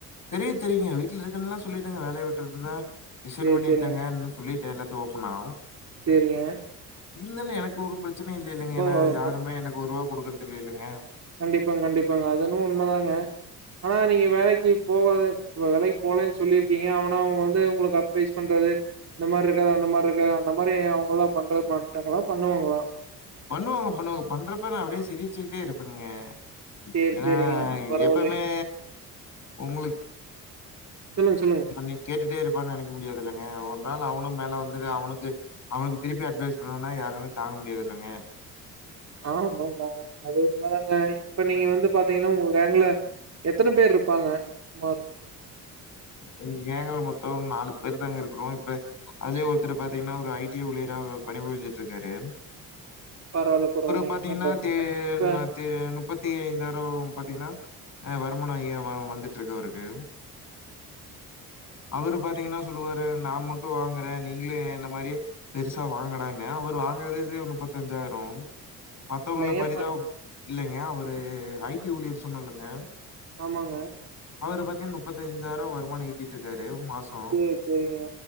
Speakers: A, on the left; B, on the right.
A: தெரியு தெரியுங்க வீட்ல இருக்குன்ல்லா சொல்லிட்டேங்க வேலைய உட்டதுதா ரிசைன்
B: சேரி,
A: பண்ணிட்டேங்கன்
B: சேரிங்க.
A: சொல்லிட்டே எல்லாத் டு ஓப்பனா
B: சேரிங்க
A: இல்லல எனக்கு ஒரு ப்ரச்சன இல்லல்லைங்க
B: பரவால்ல,
A: ஏனா யாருமே எனக்கு ஒரூபா குடுக்குறது இல்லல்லலைங்க
B: கண்டிப்பாங் கண்டிப்பாங்க அதென்னுமோ உண்மதாங்க ஆனா நீங்க வேலைக்கு போகாது வேலைக்கு போலேன் சொல்லிருக்கீங்க ஆனா அவுங்க வந்து உங்குளுக் அட்வைஸ் பண்றது இந்த மாரி இருக்காதே அந்த மாரி இருக்காதே அந்த மாரி அவங்கல்லா பண்ற மாட்டாங்களா பண்ணுவாங்களா
A: பண்ணுவாங்க பண்ணுவாங்க பண்றப்ப நா அப்டே சிரிச்சுக்கிட்டேருப்பேனுங்க
B: சேரி,
A: ஏனா
B: சேரிங்க. பரவால்லை.
A: எப்பமே உங்குளுக்
B: சொல்லுங்க, சொல்லுங்க.
A: வந்து கேட்டுட்டேருப் வ நெனைக்க முடியாதுல்லங்க ஒரு நாள் அவனூ மேல வந்துட்டு அவனுக்கு அவனுக்கு திருப்பி அட்வைஸ் பண்ணனா யாராலு தாங் ங் முடியாதுல்லங்க
B: ஆமாங்க அது உண்ம தாங்க இப்ப நீங்க வந்து பாத்தீங்கன்னா உங்க கேங்க்ல எத்தன பேர் ருப்பாங்க சுமார்
A: எங் கேங்கல மொத்தோம் நாலு பேர் தாங்க இருக்கிறோ இப்ப அதுலே ஒருத்தரு பாத்தீங்னா ஒரு ஐ டி ஊழியரா இவ் பணிபுரிஞ்சிட்டுக்காரு
B: பரவால்ல பரவால்லைங்கன்னு
A: ஒரு பாத்தீங்னா
B: இந்ததுங்க
A: தே
B: இப்ப
A: ம தே நுப்பத்தி ஐந்தாயிரோம் பாத்தீங்னா ஆ வருமானோ ஏ வ வந்துட்ருக்கு அவருக்கு அவரு பாத்தீங்னா சொல்லுவாரு நா மட்டு வாங்குறே நீங்களு என்ன மாரியே பெருசா வாங்கடானு அவரு வாங்கறது இது நுப்பத்தஞ்சாயிரோ மத்தவங்க
B: இல்லைங்க
A: பரிதாப்
B: இப்ப
A: இல்லைங்க அவரு ஐ டி ஊழியர் சொன்னல்லங்க
B: ஆமாங்க
A: அவரு பாத்தீன் நுப்பத்தைந்தாயிரோ வருமான ஈட்டிட்ருக்காரு மாசோ
B: சேரி சேரிங்க